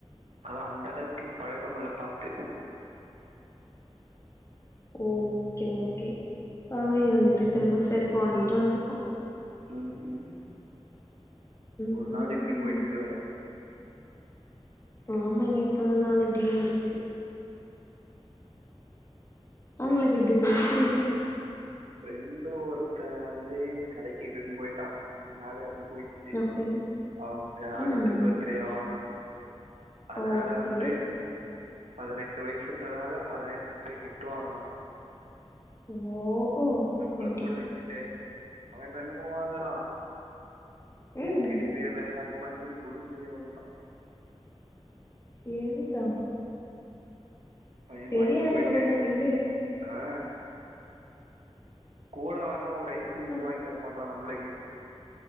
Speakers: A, on the right (about 80°); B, on the left (about 30°).
A: அத அந்த அளவுக்கு பழக்கமில்ல பாத்து
B: ஓகே ஓகே சோ அங்க இருந்துட்டு திரும்ப செருப்பு வாங்கிட்டு வந்திருக்கோ
A: ம் ம்
B: ம்,
A: ஒரு
B: ம்.
A: நாள் இப்டி போய்டுச்சோ
B: ஆமா இன்னைக்கு ஒரு நாள் இப்டியே ஓடிச்சு உங்ளுக்கு எப்டி போச்சு
A: ஃபிரண்டு ஒருத்தன் வந்து கடைக்கிட்டுன் போய்ட்டான் இன்னைக்கு நாளே அப்டியே போய் ச்சு
B: ஓகே.
A: அவ்ங்க ஆளுக்கு
B: ம்.
A: பர்த்டேவா அதுனால
B: ஓகே.
A: வந்து பதினெட்டு வய்சுன்றனால பதினெட்டு கிஃப்டு வாங்குனா
B: ஓ ஓ
A: நம்ப்ள
B: அப்டி.
A: கூட வச்சுட்டு அவன் என்னென்னமோ வாங்குறான்
B: ம்.
A: டெடிபியர்ல ஸ்டாட் பண்ணி கொலுசு வரியு வந்துட்டான்
B: சேரிதா
A: பையன்
B: பெரிய
A: வாய்ங்ன்
B: ஆளு
A: போய்ட்டு
B: போல உங்க ஃப்ரெண்டு.
A: ஆ கூட வர்னு ஒரு ஐஸ்கிரீம்
B: ஆ
A: கூட வாங்கி தரமாட் டான் நம்ளகி